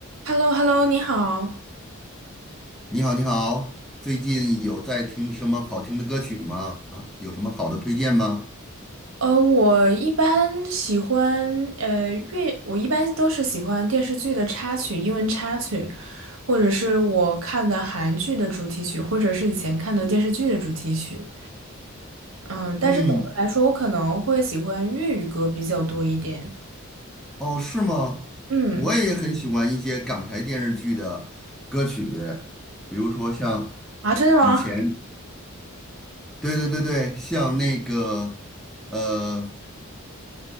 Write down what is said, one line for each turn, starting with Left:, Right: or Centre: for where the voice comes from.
Right: h e l l o h e l l o 你好。
Centre: 你好，你好，最近有在听什么好听的歌曲吗？有什么好的推荐吗？
Right: 呃，我一般喜欢呃粤，我一般都是喜欢电视剧的插曲，英文插曲，或者是我看的韩剧的主题曲，或者是以前看的电视剧的主题曲。嗯，但是总的来说，
Centre: 嗯，
Right: 我可能会喜欢粤语歌比较多一点。
Centre: 哦，是吗？
Right: 嗯，
Centre: 我也很喜欢一些港台电视剧的歌曲，比如说像
Right: 啊，真的吗？
Centre: 以前，对对对对，像那个呃